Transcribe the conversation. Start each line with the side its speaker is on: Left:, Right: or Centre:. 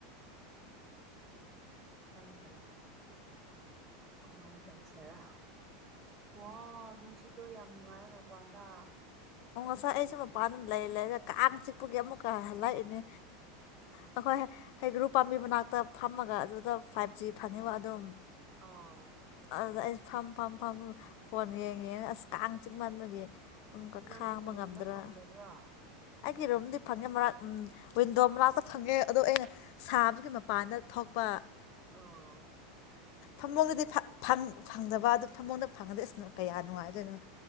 Right: ꯈꯪꯗ꯭ꯔꯦ ꯀꯃꯥꯏꯅ ꯇꯧꯁꯦꯔꯥ ꯋꯥ ꯅꯨꯡꯁꯤꯠꯇꯣ ꯌꯥꯝ ꯅꯨꯡꯉꯥꯏ ꯃꯄꯥꯟꯗ
Left: ꯑꯣ ꯉꯁꯥꯏ ꯑꯩꯁꯨ ꯃꯄꯥꯟꯗꯨꯝ ꯂꯩ ꯂꯩꯔ ꯀꯥꯡ ꯆꯤꯛꯄꯒꯤ ꯑꯃꯨꯛ ꯀ ꯍꯜꯂꯥꯛꯏꯅꯦ
Right: ꯑꯥ
Left: ꯑꯩꯈꯣꯏ ꯍꯩ ꯒ꯭ꯔꯨ ꯄꯥꯝꯕꯤ ꯃꯅꯥꯛꯇ ꯐꯝꯃꯒ ꯑꯗꯨꯗ ꯐꯥꯏꯚ ꯖꯤ ꯐꯪꯉꯤꯕ ꯑꯗꯨꯝ
Right: ꯑꯣ
Left: ꯑꯗꯨꯗ ꯑꯩ ꯐꯝ ꯐꯝ ꯐꯝ ꯐꯣꯟ ꯌꯦꯡꯉꯦ ꯑꯁ ꯀꯥꯡ ꯆꯤꯛꯃꯟꯕꯒꯤ ꯑꯃꯨꯛꯀ
Right: ꯅꯪꯒꯤ
Left: ꯈꯥꯡꯕ
Right: ꯔꯨꯝꯗ
Left: ꯉꯝꯗ꯭ꯔꯥ
Right: ꯐꯪꯗꯕ꯭ꯔꯥ
Left: ꯑꯩꯒꯤ ꯔꯨꯝꯗꯤ ꯐꯪꯉꯦ ꯃꯛ ꯋꯤꯟꯗꯣ ꯃꯅꯥꯛꯇ ꯐꯪꯉꯦ ꯑꯗꯣ ꯑꯩꯅ ꯁꯥꯕꯒꯤ ꯃꯄꯥꯟꯗ ꯊꯣꯛꯄ
Right: ꯑ
Left: ꯐꯃꯨꯡꯗꯗꯤ ꯐꯪꯗꯕ ꯑꯗꯨ ꯐꯃꯨꯡꯗ ꯐꯪꯉꯗꯣꯏꯁꯅꯣ ꯀꯌꯥ ꯅꯨꯡꯉꯥꯏꯗꯣꯏꯅꯣ